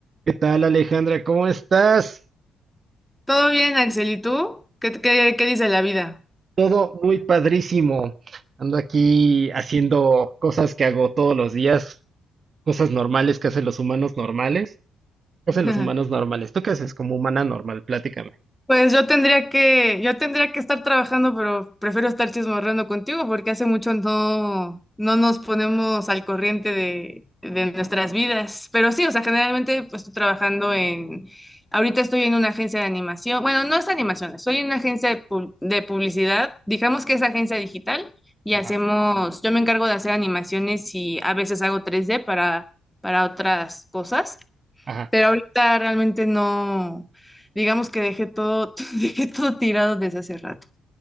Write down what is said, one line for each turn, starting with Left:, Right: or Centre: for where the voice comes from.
Right: ¿Qué tal, Alejandra? ¿Cómo estás?
Centre: Todo bien, Axel, ¿y tú? ¿Qué, qué, qué dice la vida?
Right: Todo muy padrísimo. Ando aquí haciendo cosas que hago todos los días, cosas normales que hacen los humanos normales. ¿Qué
Centre: <laughs>
Right: hacen los humanos normales? ¿Tú qué haces como humana normal? Platícame.
Centre: Pues yo tendría que, yo tendría que estar trabajando, pero prefiero estar chismorreando contigo porque hace mucho no, no nos ponemos al corriente de, de nuestras vidas. Pero sí, o sea, generalmente pues estoy trabajando en, ahorita estoy en una agencia de animación, bueno, no es animación, soy en una agencia de, pub- de publicidad, digamos que es agencia digital y
Right: Ajá,
Centre: hacemos, yo me encargo de hacer animaciones y a veces hago tres d para, para otras cosas.
Right: ajá.
Centre: Pero ahorita realmente no, digamos que dejé todo, <laughs> dejé todo tirado desde hace rato.